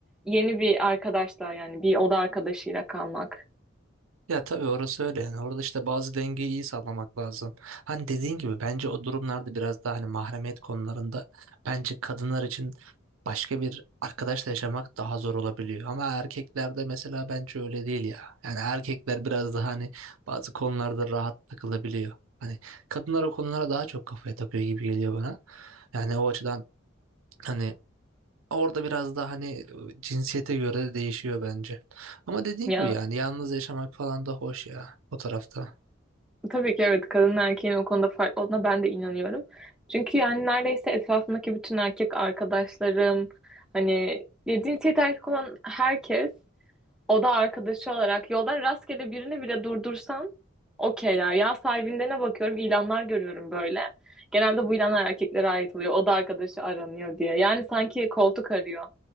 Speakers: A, in the centre; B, on the right.
A: yeni bir arkadaşla yani bir oda arkadaşıyla kalmak.
B: Ya tabii orası öyle yani orada işte bazı dengeyi iyi sağlamak lazım. Hani dediğin gibi bence o durumlarda biraz daha hani mahremiyet konularında bence kadınlar için başka bir arkadaşla yaşamak daha zor olabiliyor. Ama erkeklerde mesela bence öyle değil ya. Yani erkekler biraz daha hani bazı konularda rahat takılabiliyor. Hani kadınlar o konulara daha çok kafaya takıyor gibi geliyor bana. Yani o açıdan hani Orada biraz daha hani cinsiyete göre de değişiyor bence. Ama dediğin
A: Ya
B: gibi yani yalnız yaşamak falan da hoş ya o tarafta.
A: tabii ki evet kadın erkeğin o konuda farklı olduğuna ben de inanıyorum. Çünkü yani neredeyse etrafımdaki bütün erkek arkadaşlarım hani ya cinsiyet erkek olan herkes O da arkadaşı olarak yoldan rastgele birini bile durdursan okeyler. Ya sahibinde bakıyorum ilanlar görüyorum böyle. Genelde bu ilanlar erkeklere ait oluyor. O da arkadaşı aranıyor diye. Yani sanki koltuk arıyor